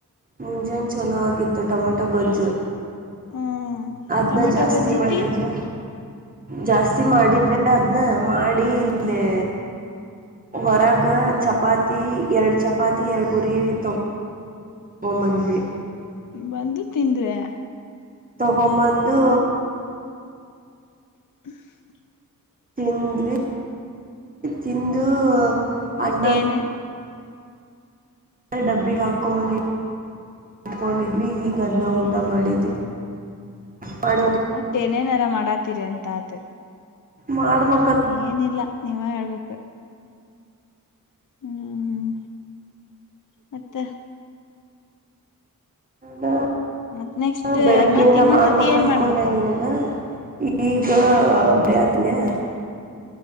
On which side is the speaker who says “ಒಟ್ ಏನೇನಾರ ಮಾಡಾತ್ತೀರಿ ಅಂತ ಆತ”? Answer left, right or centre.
Left